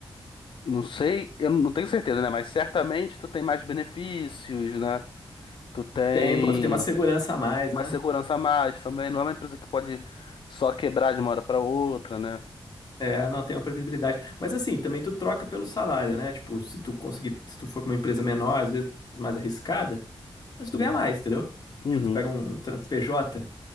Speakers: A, on the left (about 65°); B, on the left (about 45°).
A: não sei, eu não tenho certeza, né? Mas certamente tu tem mais benefícios, né? Tu tem
B: Tem, pô, tu tem uma segurança a mais,
A: mais
B: né?
A: segurança a mais também. Não é uma empresa que pode só quebrar de uma hora pra outra, né?
B: É, não tem uma previsibilidade. Mas assim, também tu troca pelo salário, né? Tipo, se tu conseguir, se tu for pra uma empresa menor, às vezes mais arriscada, mas tu
A: Uhum.
B: ganha mais, entendeu?
A: Uhum.
B: Tipo, tu pega um um trampo PJ,